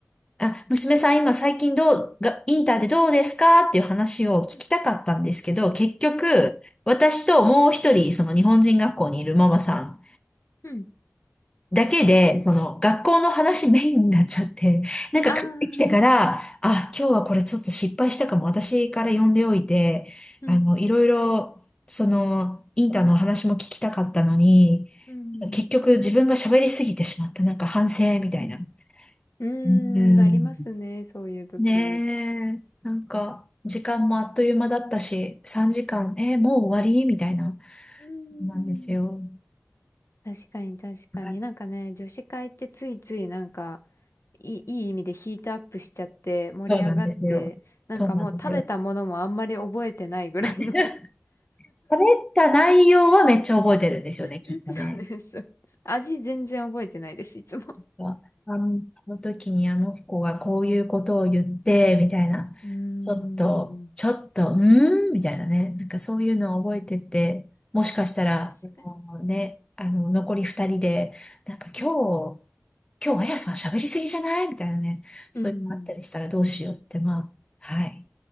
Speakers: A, on the left (about 20°); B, on the left (about 60°).
A: あ、娘さん今最近どう、が、インターでどうですかっていう話を聞きたかったんですけど、
B: うん。
A: 結局、
B: うん。
A: 私ともう一人、その日本人学校にいるママさ
B: うん。
A: んだけで、その学校の話メインになっちゃって、なんか帰ってきてから、
B: ああ。
A: あ、今日はこれちょっと失敗したかも、私から呼んでおいて、
B: うん。
A: あの、いろいろ、その、インターの話も聞きたかったのに、
B: うん。
A: 結局自分が喋りすぎてしまった、なんか反省みたいな。
B: うん。うーん。
A: うん。
B: ありますね。そういう時。
A: ねえ、なんか、時間もあっという間だったし、3時間、えーもう終わりみたいな。
B: うー
A: そうなんですよ。
B: ん。確かに確かに。
A: はい
B: なんかね、女子会ってついついなんか、いい、いい意味でヒートアップしちゃって盛り上がって、
A: そうなんですよ。そうなんですよ。
B: なんかもう食べたものもあんまり覚えてないぐらいの
A: <laughs>
B: <laughs> そ
A: 喋った内容はめっちゃ覚えてるんですよね、
B: うです、
A: きっとね。
B: そうです。味全然覚えてないです、いつも。
A: ああの、あの時にあの子がこういうことを言って、みたいな。
B: うーん、
A: ちょっと、ちょっと、うーんみたいなね。なんかそういうのを覚えてて、もしかしたら、
B: 確かに。
A: あのね、あの、残り2人で、なんか今
B: うん。
A: 日、今日、あやさん喋りすぎじゃないみたいなね、そういうのあったりしたらどうしようって、
B: うんうん。
A: まあ、はい。